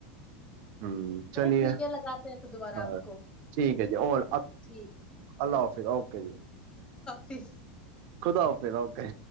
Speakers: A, on the right; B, on the left.
A: ہ چلیے
B: ٹھیک ہے لگاتے ہیں پھر دوبارہ
A: ہاں
B: آپ کو
A: ٹھیک ہے جی اور
B: ٹھیک
A: اللہ حافظ اوکے جی
B: <inaudible>
A: خوداؤ پھریداؤ کہئی